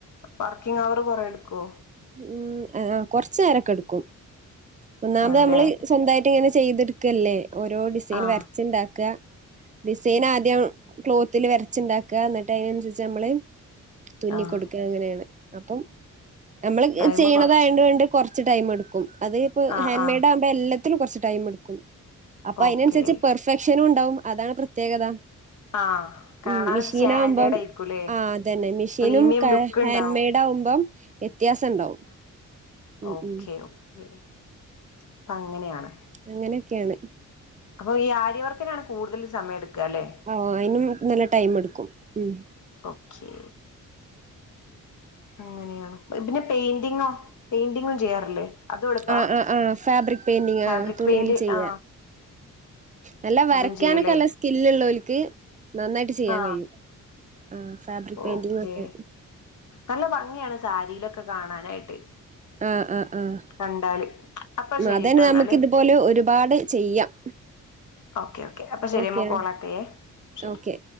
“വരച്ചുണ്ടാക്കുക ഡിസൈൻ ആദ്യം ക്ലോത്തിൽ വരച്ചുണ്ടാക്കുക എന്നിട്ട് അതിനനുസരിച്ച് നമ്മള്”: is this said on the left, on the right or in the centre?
Right